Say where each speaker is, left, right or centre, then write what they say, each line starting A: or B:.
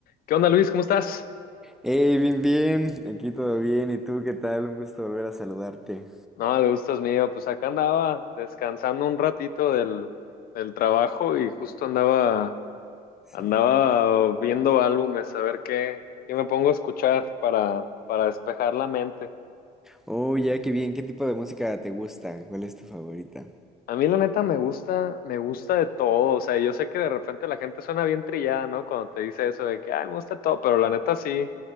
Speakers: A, on the left (about 60°); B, in the centre.
A: ¿Qué onda, Luis? ¿Cómo estás?
B: Hey, bien, bien, aquí todo bien, ¿y tú qué tal? Un gusto volver a saludarte.
A: No, el gusto es mío. Pues acá andaba descansando un ratito del, del trabajo y justo andaba,
B: Sí.
A: andaba viendo álbumes, a ver qué, qué me pongo a escuchar para, para despejar la mente.
B: Oh, ya, qué bien, ¿qué tipo de música te gusta? ¿Cuál es tu favorita?
A: A mí la neta me gusta, me gusta de todo, o sea, yo sé que de repente la gente suena bien trillada, ¿no? Cuando te dice eso de que, ay, me gusta de todo, pero la neta sí,